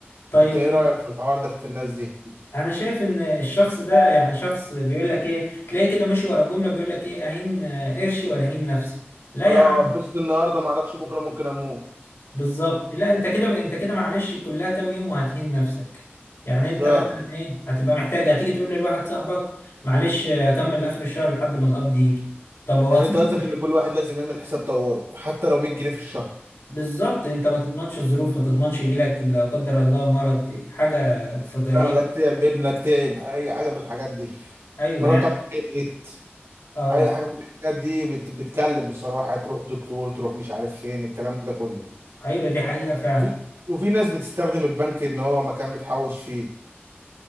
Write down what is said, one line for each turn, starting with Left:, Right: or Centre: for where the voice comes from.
Left: طيب
Right: انت ايه رايك في الحوار ده في الناس دي
Left: انا شايف ان الشخص ده يعني شخص بيقول لك ايه تلاقي كده ماشي ورا جمله بيقول لك ايه اهين قرشي ولا اهين نفسي لا
Right: اه
Left: يا عم
Right: اتبسط النهارده ما اعرفش بكره ممكن اموت
Left: بالظبط لا انت كده انت كده معلش كلها كام يوم وهتهين نفسك يعني انت
Right: اه
Left: مثلا ايه هتبقى محتاج هتيجي تقول لواحد صاحبك معلش اكمل اخر الشهر لحد ما القبض يجي طب هو
Right: يعني
Left: صاحبك
Right: انت قصدك
Left: مش-
Right: ان كل واحد لازم يعمل حساب طوارئ حتى لو 100 جنيه في الشهر
Left: بالظبط انت ما تضمنش الظروف ما تضمنش يجيلك لا قدر الله مرض حاجه فجائيه
Right: اهلك تعب ابنك تعب اي حاجه من الحاجات دي
Left: ايوه
Right: مراتك
Left: يعني
Right: تعبت
Left: اه
Right: اي حاجه من الحاجات دي بت... بتكلم بصراحه تروح دكتور تروح مش عارف فين الكلام ده كله
Left: ايوه دي حقيقه فعلا
Right: وفي, وفي ناس بتستخدم البنك ان هو مكان بتحوش فيه